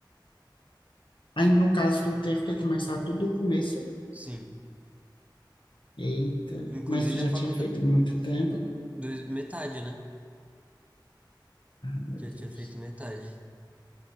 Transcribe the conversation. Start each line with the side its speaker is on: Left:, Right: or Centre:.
Left: Aí, no caso, tu teve que começar tudo do começo?
Right: Sim,
Left: Eita,
Right: inclusive
Left: mas tu já
Right: a faculdade,
Left: tinha feito muito tempo?
Right: dois- metade, né?
Left: Meu
Right: Que eu
Left: Deus,
Right: tinha feito metade.